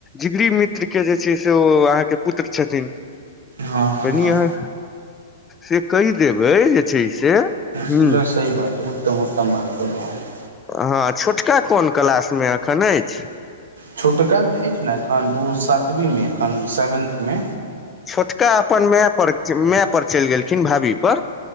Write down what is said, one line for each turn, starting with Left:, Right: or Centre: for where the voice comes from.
Left: जिगरी मित्र केँ जे छै से ओ अहाँकेँ पुत्र छथिन
Right: हँ हँ
Left: कनी
Right: हँ
Left: अहाँ कऽ <inaudible> केह देबै जे छै से हूँ
Right: हमरा सही बात छै उत्तम उत्तम बात कहलहुँ अहाँ
Left: हऽ छोटका कोन क्लास में कोन क्लास में अखन ऐछ
Right: छोटका जे ऐछ ने एखन ओ सातवीं में एखन सेवेन्थ में
Left: छोटका अपन मैय पर मैय पर चैल गेलखिन भाबी पर